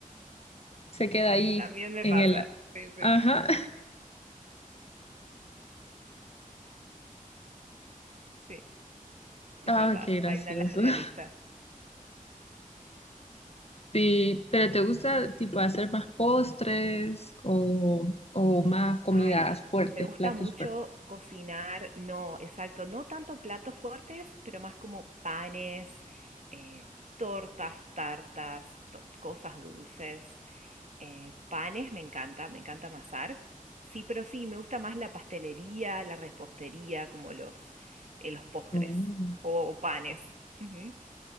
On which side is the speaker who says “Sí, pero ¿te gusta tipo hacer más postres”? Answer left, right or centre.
Left